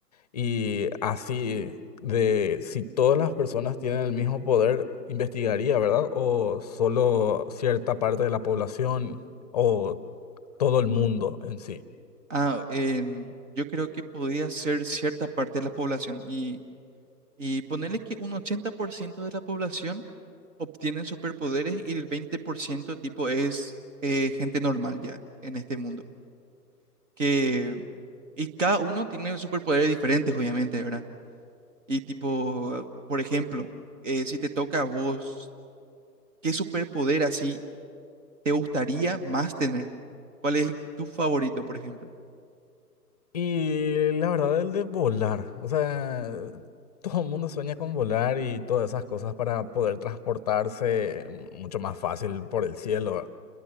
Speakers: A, on the left (about 25°); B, on the right (about 50°).
A: Y así, de si todas las personas tienen el mismo poder, investigaría, ¿verdad? O solo cierta parte de la población. O todo el mundo en sí.
B: Ah, en- yo creo que podría ser cierta parte de la población y, y ponerle que un 80% de la población obtienen superpoderes y el 20% tipo es eh, gente normal ya en este mundo. Que, y cada uno tiene superpoderes diferentes, obviamente, ¿verdad? Y tipo, por ejemplo, eh, si te toca a vos, ¿qué superpoder así te gustaría más tener? ¿Cuál es el- tu favorito, por ejemplo?
A: Y la verdad, el de volar, o sea, <laughs> todo el mundo sueña con volar y todas esas cosas para poder transportarse mucho más fácil por el cielo,